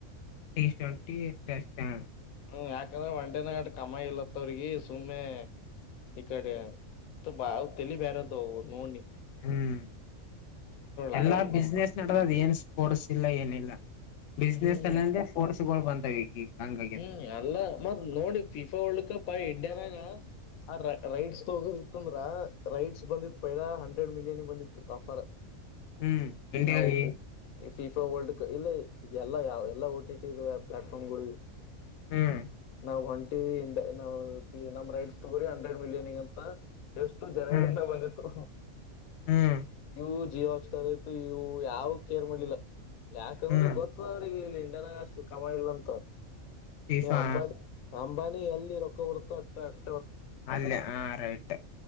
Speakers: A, on the left (about 65°); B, on the left (about 85°).
A: ಟಿ ಟ್ವೆಂಟಿ ಟಸ್ಟ್ <inaudible>
B: ಹ್ಮ ಯಾಕಂದ್ರೆ ಒಂಡೆನ ಕಮ್ಮಾಯ ಇಲ್ಲತ್ತ ಅವ್ರಿಗೆ ಸುಮ್ಮನೆ ಈ ಕಡೆ ಬಾವ ತಲಿ ಬೇರೆದದು ನೋಡ್
A: ಹ್ಮ್
B: ಲಾಸ್ಟಿಂಗ್
A: ಎಲ್ಲಾ ಬಿಸ್ನೆಸ್ ನಡದ ಅದ ಏನ್ ಸ್ಪೋರ್ಟ್ಸ್ ಇಲ್ಲ ಏನಿಲ್ಲ ಬಿಸ್ನೆಸ್
B: ಹ್ಮ್
A: ಅಲ್ಲ ಅಂದ್ರೆ ಫೋರ್ಸ್ ಗಳು ಬಂತಾವ ಈಗ ಹಂಗಾಗ್ಯದ
B: ಹ್ಮ್ ಅಲ್ಲ ಮತ್ತ್ ನೋಡಿ ಫಿಫಾ ಒಳಕಪ್ಪಾಯ ಾಗ ಆ ರೈಡ್ಸ್ ತಗೋದಿತ್ತ ಅಂದ್ರ ರೈಡ್ಸ್ ಬಂದಿತ್ತು ಪೈಲಾ ಹಂಡ್ರೆಡ್ ಮಿಲಿಯನ್ಿಗೆ ಬಂದಿತ್ತು ಆಫರ್
A: ಹ್ಮ್
B: ಈಗ
A: ಎಟ
B: ನಾವು
A: ಯೀ
B: ಫಿಫಾ ವರ್ಲ್ಡ್ ಕಪ್ ಇಲ್ಲ ಎಲ್ಲ ಯಾವ ಎಲ್ಲಾ ಟಿ ಟಿ ಪ್ಲಾಟ್ಫಾರ್ಮ್ ಗಳುಿಗೆ
A: ಹ್ಮ್
B: ನಾವ್ ಹೊಂಟಿವಂಡ ನ ನಮ್ ರೈಟ್ ತಗೋಿ ಹಂಡ್ರೆಡ್ ಮಿಲಿಯನ್ಗಂತ ಎಷ್ಟು ಜನವರಿಂದ
A: ಹ್ಮ್
B: ಬಂದಿತ್ತು
A: ಹ್ಮ್
B: ಇವು ಜಿಯ ಆಾಕ್ಸ್ಟಾರ್ ಆಯ್ತು ಇವು ಯಾವ ಕೇರ್ ಮಾಡ್ಲಿಲ್ಲ ಯಾಕಂದ್ರೆ
A: ಹ್ಮ್
B: ಗೊತ್ತ ಅವ್ರಿಗೆ ಇಲ್ಲಿ ನ ಅಷ್ಟು ಕಮ ಇಲ್ಲ ಅಂತ
A: ಫೀಫಾ
B: ನೀ ಅಂಬ ಅ ಬನಿ ಎಲ್ಲಿ ರೊಕ್ಕ ಹೊಡ್ತ ಅಟ್ಟಾರೆ
A: ಅಲ್ಲ ಆ ರೈಟ್